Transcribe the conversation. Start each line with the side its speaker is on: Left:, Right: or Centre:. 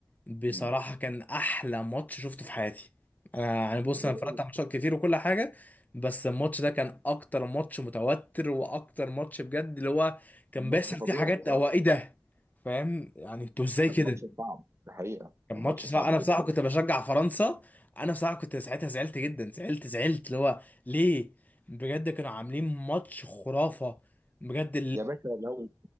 Left: بصراحة
Right: مم.
Left: كان أحلى ماتش شفته في حياتي أنا يعني بص
Right: أنا
Left: أنا اتفرجت
Right: بقول
Left: على ماتشات كتير وكل حاجة بس الماتش ده كان أكتر ماتش متوتر وأكتر ماتش بجد اللي هو كان
Right: كان ماتش
Left: بيحصل
Right: فظيع
Left: فيه حاجات
Right: بصراحة
Left: هو إيه ده فاهم يعني أنتوا إزاي
Right: كان
Left: كده
Right: ماتش صعب ده حقيقة
Left: كان
Right: كان
Left: ماتش
Right: ماتش صعب
Left: صعب أنا
Right: جدا
Left: بصراحة كنت بشجع فرنسا أنا بصراحة كنت ساعتها زعلت جدا زعلت زعلت اللي هو ليه بجد كانوا عاملين ماتش خرافة بجد
Right: يا باشا لو